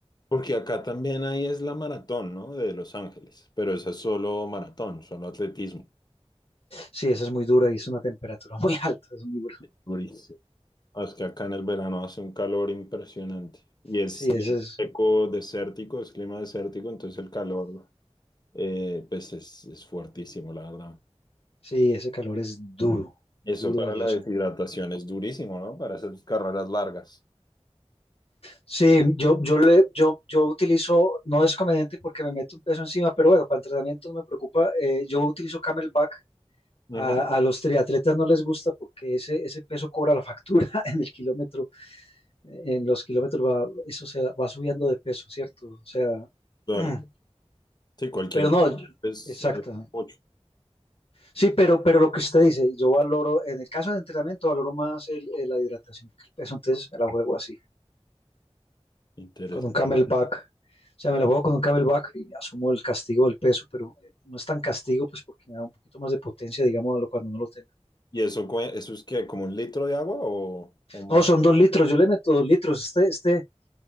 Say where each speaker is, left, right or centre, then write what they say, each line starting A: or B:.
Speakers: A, on the left (about 40°); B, on the left (about 60°).
A: Porque acá también ahí es la maratón, ¿no? De Los Ángeles, pero esa es solo maratón, solo atletismo.
B: Sí, esa es muy dura y es una temperatura muy <laughs> alta, es muy duro.
A: Durísimo. Ah, Es que acá en el verano hace un calor impresionante. Y es,
B: Sí,
A: y
B: ese
A: es
B: es,
A: seco, desértico, es clima desértico, entonces el calor eh, pues es, es fuertísimo, la verdad.
B: sí, ese calor es duro,
A: Eso
B: duro
A: para
B: de
A: la
B: los
A: deshidratación es durísimo, ¿no? Para esas carreras largas.
B: Sí, yo, yo, le, yo, yo utilizo, no es conveniente porque me meto un peso encima, pero bueno, para entrenamiento no me preocupa. eh, yo utilizo Camelback.
A: Ujú,
B: A, a los triatletas no les gusta porque ese, ese peso cobra la factura <laughs> en el kilómetro, en los kilómetros va, eso se va subiendo de peso, ¿cierto? O sea,
A: Claro,
B: mm,
A: sí, cualquier.
B: pero no, yo-
A: Es,
B: exacto.
A: es mucho.
B: Sí, pero, pero lo que usted dice, yo valoro, en el caso del entrenamiento, valoro más el- el- la hidratación que el peso, entonces me la juego así.
A: Interesante.
B: con un camelback. O sea, me la juego con un camelback y asumo el castigo del peso, pero eh, no es tan castigo, pues porque me da un poquito más de potencia, digamos, a lo cuando no lo tengo.
A: ¿Y eso, cue- eso es que como un litro de agua o, o más?
B: No, son dos litros, yo le meto dos litros. Este, este,